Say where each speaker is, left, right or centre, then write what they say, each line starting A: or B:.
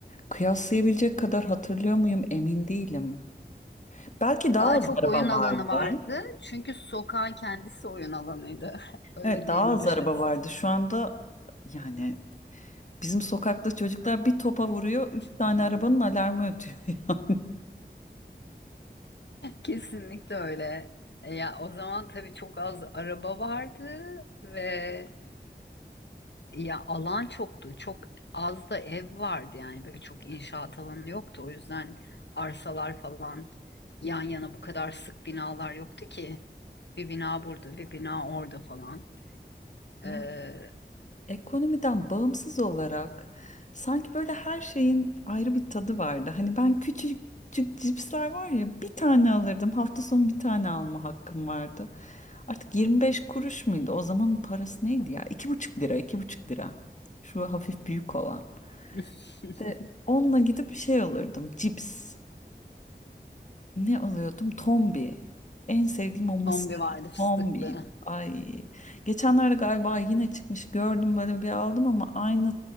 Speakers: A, on the left; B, on the left.
A: kıyaslayabilecek kadar hatırlıyor muyum emin değilim. Belki daha
B: Daha
A: az
B: çok
A: araba
B: oyun alanı
A: vardı.
B: vardı. Çünkü sokağın kendisi oyun alanıydı. <laughs> Öyle
A: Evet daha
B: diyebiliriz.
A: az araba vardı. Şu anda yani Bizim sokakta çocuklar bir topa vuruyor, üç tane
B: Hı.
A: arabanın alarmı ötüyor <laughs> ya.
B: Kesinlikle öyle. E, Ya o zaman tabii çok az araba vardı ve ya alan çoktu. Çok az da ev vardı yani böyle çok inşaat alanı yoktu. O yüzden arsalar falan yan yana bu kadar sık binalar yoktu ki. Bir bina burada, bir bina orada falan.
A: Ya
B: Ee,
A: ekonomiden bağımsız olarak sanki böyle her şeyin ayrı bir tadı vardı. Hani ben küçük küçük cipsler var ya bir tane alırdım. Hafta sonu bir tane alma hakkım vardı. Artık 25 kuruş muydu? O zamanın parası neydi ya? iki buçuk lira, iki buçuk lira. Şu hafif büyük olan.
B: <laughs>
A: İşte onunla gidip bir şey alırdım. Cips. Ne alıyordum? Tombi. En sevdiğim o mısırlı
B: Tombi vardı fıstıklı.
A: tombiydi. Ay. Geçenlerde galiba yine çıkmış gördüm böyle bir aldım ama aynı